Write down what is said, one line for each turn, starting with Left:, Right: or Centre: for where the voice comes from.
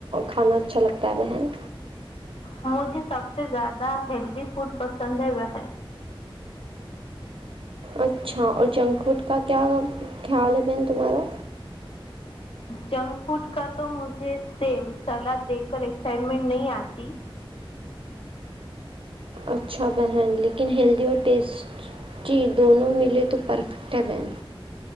Right: کھانا اچھا لگتا ہے بہن
Left: مجھے سب سے زیادہ ہیلدی فوڈ پسند ہے وہ
Right: اچھا اور جنک فوڈ کا کیا خیال ہے بن تمہارا
Left: جنک فوڈ کا تو مجھے سیم سلاد دیکھ کر ایکسائٹمنٹ نہیں آتی
Right: اچھا بہن لیکن ہیلدی اور ٹیسٹیٹی دونوں ملے تو پرفیکٹ ہے بہن